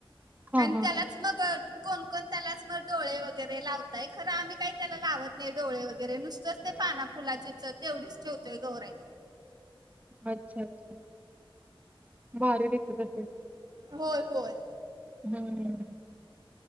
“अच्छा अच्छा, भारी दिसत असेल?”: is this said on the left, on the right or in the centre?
Right